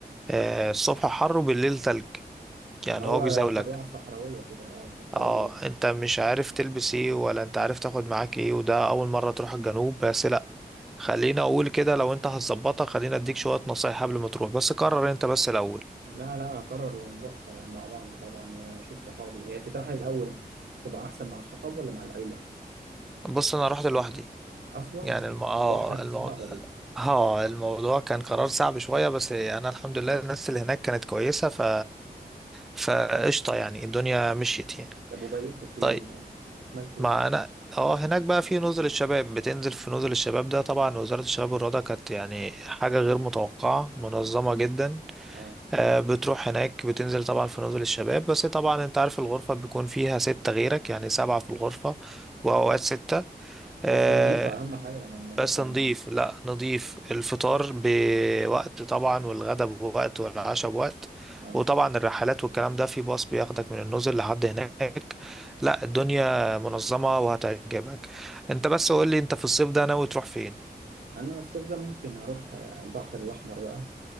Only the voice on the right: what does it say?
ما هو
الطبيعة الصحراوية كده او الصحراوي
لا لا اقرر ونروح مع بعض طبعا واشوف صحابي هي تترحل الاول تبقى احسن مع الصحاب ولا مع العيلة
اصلا
لوحدك دي
صعبة دي
طب وبيت فين
يعني عملت ايه
اه
بس نظيفة اهم حاجة يعني النظافة
هناك
اه
انا الصيف ده ممكن اروح البحر الاحمر بقى